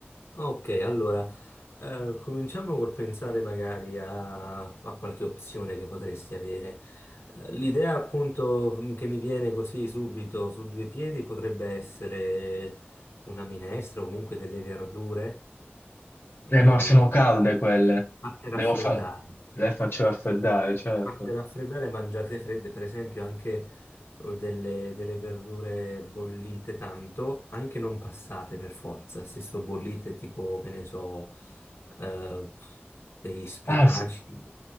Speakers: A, on the left (about 85°); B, on the left (about 65°).
A: Ok, allora eh, cominciamo col pensare magari a, a qualche opzione che potresti avere. Eh, l'idea appunto mh, che mi viene così subito su due piedi potrebbe essere una minestra o comunque delle verdure
B: Eh,
A: eh,
B: ma sono calde quelle,
A: fatte raffreddare.
B: devo fare, le faccio raffreddare, certo.
A: Ma per raffreddare mangiate fredde, per esempio, anche eh, delle, delle verdure bollite tanto, anche non passate per forza, stesso bollite tipo, che ne so, eh, degli spinaci,
B: Ah, s-